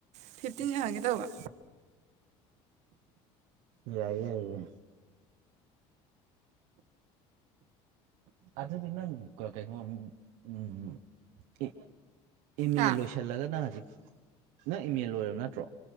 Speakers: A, on the right (about 60°); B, on the right (about 75°).
A: ꯐꯤꯐꯇꯤꯟ ꯌꯦꯡꯉꯒꯦ ꯇꯧꯕ
B: ꯌꯥꯏꯌꯦꯦ ꯌꯥꯏꯌꯦ ꯑꯗꯨꯗꯤ ꯅꯪ ꯀ ꯀꯩꯅꯣ ꯎꯝ ꯏ ꯑꯦꯝ
A: ꯍꯥ
B: ꯑꯦ ꯂꯣꯏꯁꯤꯜꯂꯒꯅ ꯍꯧꯖꯤꯛ ꯅꯪ ꯑꯦꯝ ꯑꯦ ꯂꯣꯏꯔꯕ ꯅꯠꯇ꯭ꯔꯣ